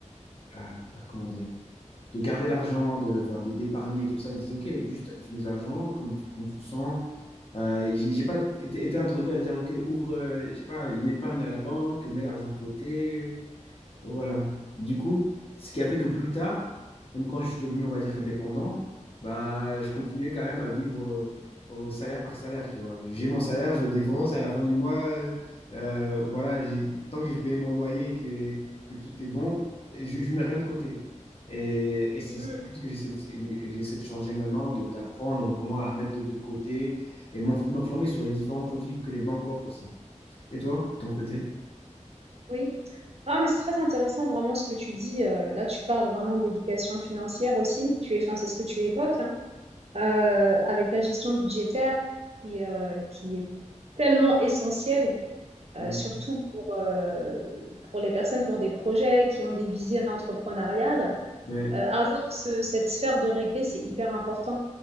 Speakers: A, on the left; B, on the right.
A: ah, comment dire de garder l'argent, de, enfin, de- d'épargner, tout ça. Ils disaient, OK, juste utilise l'argent comme, tu- comme tu le sens. Euh, j'ai j'ai pas été été introduit à dire, OK, ouvre, euh, je sais pas, une épargne à la banque, mets l'argent de côté. Voilà. Du coup, ce qui a fait que plus tard, même quand je suis devenu, on va dire, indépendant, bah, je continuais quand même à vivre euh, au salaire par salaire, tu vois. J'ai mon salaire, je le défonce, et à la fin du mois, euh, voilà, j'ai- tant que j'ai payé mon loyer et que, que tout est bon, je, je mets rien de côté. Et, et c'est
B: Hmm,
A: ce que j'essaie de, et j'essaie de changer maintenant, de- d'apprendre vraiment à mettre de, de côté et m'en- m'informer sur les différents produits que les banques offrent aussi. Et toi, de ton côté?
B: Oui. Ah, mais c'est très intéressant vraiment ce que tu dis. Euh, là, tu parles vraiment d'éducation financière aussi. Tu es, enfin, c'est ce que tu évoques hein, euh, avec la gestion budgétaire qui, euh, qui est tellement essentielle,
A: Mm.
B: euh, surtout pour, euh, pour les personnes qui ont des projets, qui ont des visées entrepreneuriales.
A: Ouais,
B: Euh, avoir ce- cette sphère de régler, c'est hyper important.